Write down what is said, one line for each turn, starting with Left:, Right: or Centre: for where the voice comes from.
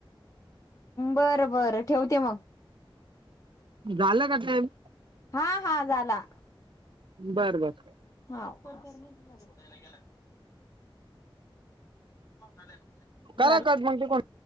Left: बरं बरं ठेवते, मग.
Right: झालं का टाईम?
Left: हा हा, झाला.
Right: बरं बरं.
Left: हा <unintelligible> शोधायला गेला. <unintelligible> झाला
Right: करा कट <unintelligible> को